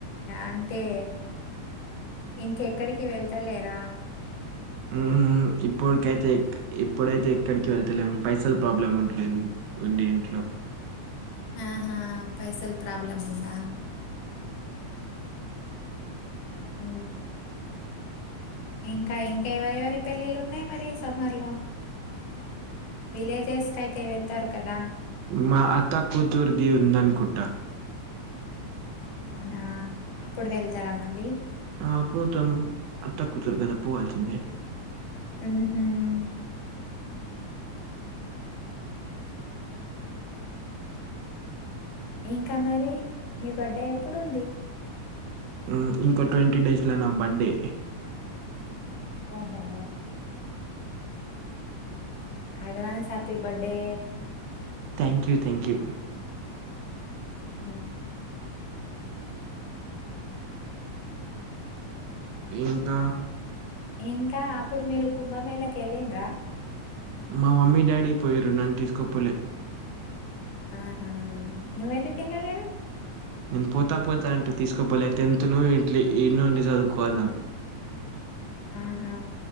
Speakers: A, on the left; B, on the right.
A: అంటే ఇంకెక్కడికి వెళ్తలేరా
B: మ్ ఇప్పటికైతే ఇప్పుడైతే ఎక్కడికి వెళ్తలేం పైసల పబ్లం ఉంటునై ఉంది ఇంట్లో
A: ఆహా పైసల్ ప్రాబ్లమ్ ఉందా మ్ ఇంకా ఇంకా ఎవరి ఎవరి పెళ్ళిళ్ళు ఉన్నాయి మరి సమ్మర్ లో విలేజెస్ కైతే వెళ్తారు కదా
B: మా అత్త కూతుూర్ది ఉంద అనుకుంట
A: అవునా అప్పుడు వెళ్తారా మళ్ళీ
B: ఆ పోతాం అత్త కుతురు కదా పోవాల్సిందే
A: ఊహ్మ్మ్ ఇంకా మరి నీ బడే ఎప్పుడుంది
B: మ్ ఇంకో ట్వంటీ డేస్లో నా బడే
A: ఆహో advance happy birthday
B: thank you thank you
A: హిం
B: ఇంకా
A: ఇంకా అప్పుడు మీరు కుంభమేళకి ఎలిన్రా
B: మా మమ్మీ డాడీ పోయారు నన్ తీసుకపోలే
A: ఆహా నువ్వెందుకు ఏళ్ల లేదు
B: నేను పోతా పోతా అంటె తీసుకపోలే టెన్త్ నువ్ ఇంట్లో ఇడ్నె ఉండి సదువుకో అన్నారు
A: ఆహా